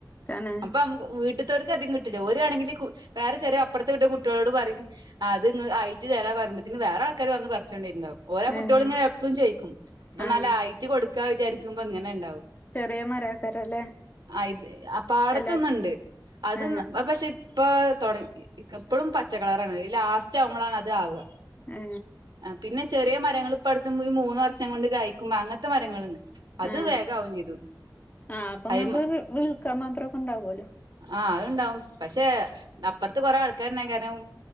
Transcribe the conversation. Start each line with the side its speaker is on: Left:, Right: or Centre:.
Left: തന്നെ
Right: അപ്പൊ നമുക്ക് വീട്ട ട്ടോൾക്ക് ഇവർക്ക് അധികം കിട്ടില്ല ഒരാണെങ്കിൽ വേറെ ചെറിയ അപ്പുറത്ത് വീട്ടിലെ കുട്ടികളോട് പറയും അത് നി ആയി തരാ പരിമ്പോത്തിന് വേറെ ആൾക്കാര് വന്ന് പറിച്ചോണ്ട് പോയിട്ടുണ്ടാകും ഓരോ കുട്ടികളും
Left: ഏഹ്
Right: ഇങ്ങനെ എപ്പോഴും ചോയിക്കും അപ്പൊ
Left: ആഹ്
Right: നല്ലയിറ്റ് കൊടുക്കാ വിചാരിക്കുമ്പോ ഇങ്ങനെ ണ്ടാവും
Left: ചെറിയ മരാക്കാരല്ലേ
Right: ആയിത് പാടത്തൊന്നുണ്ട്
Left: എല്ലാ
Right: അത്
Left: ഏഹ്
Right: ങ് പക്ഷെ ഇപ്പൊ തുടങ്ങി എപ്പോഴും പച്ചക്കളറാണ് ഈ ലാസ്റ്റ് ആവുമ്പോളാണ് അത് ആവുക
Left: ഏ
Right: പിന്നെ ചെറിയ മരങ്ങൾ ഇപ്പ അടുത്ത് നമുക്ക് മൂന്ന് വർഷം കൊണ്ട് കായ്ക്കുമ്പോ അങ്ങനത്തെ മരങ്ങളുണ്ട് അത്
Left: ആ
Right: വേഗാവും ചെയ്തു
Left: ആ അപ്പൊ
Right: അയ്മ
Left: ങ്ങക്ക് വിൽക്കാൻ മാത്രൊക്കെ ണ്ടാവുല്ലോ
Right: ആഹ അതുണ്ടാവും പക്ഷെ അപ്പുറത്തെ കൊറെ ആൾക്കാരുള്ള കാരണം